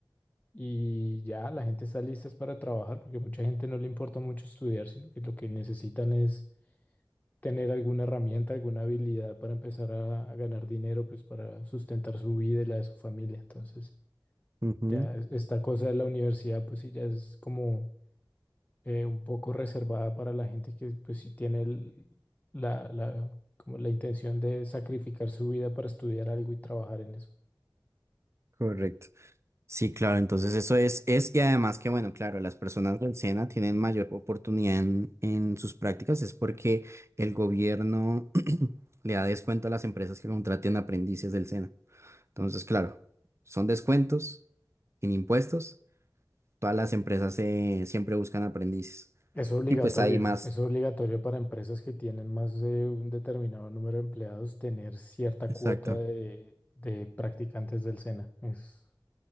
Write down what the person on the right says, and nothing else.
Ujú,
Correcto. Sí, claro, entonces eso es, es, y además que bueno, claro, las personas del SENA tienen mayor oportunidad en, en sus prácticas, es porque el gobierno <clears throat> le da descuento a las empresas que contraten aprendices del SENA. Entonces, claro, son descuentos en impuestos, todas las empresas eh, siempre buscan aprendices.
Y pues hay más,
exacto.